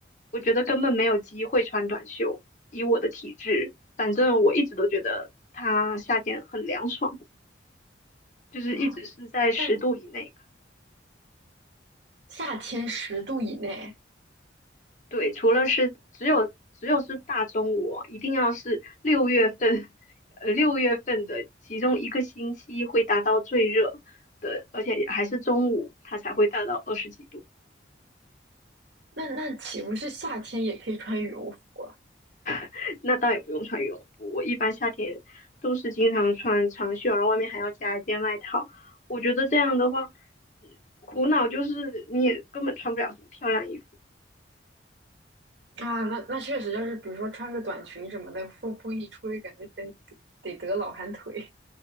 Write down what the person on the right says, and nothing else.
啊。但夏天十度以内。
那那岂不是夏天也可以穿羽绒服啊？
啊，那那确实，要是比如说穿个短裙什么的，风风一吹，感觉得得得得老寒腿。